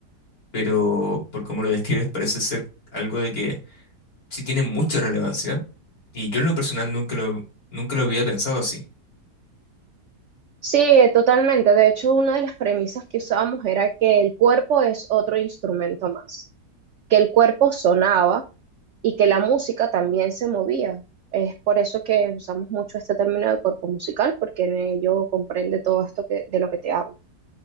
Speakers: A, on the left (about 55°); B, on the right (about 75°).
A: pero por cómo lo describes parece ser algo de que sí tiene mucha relevancia y yo en lo personal nunca lo, nunca lo había pensado así.
B: sí, totalmente. De hecho, una de las premisas que usábamos era que el cuerpo es otro instrumento más, que el cuerpo sonaba y que la música también se movía. Es por eso que usamos mucho este término de cuerpo musical, porque en ello comprende todo esto que, de lo que te hablo.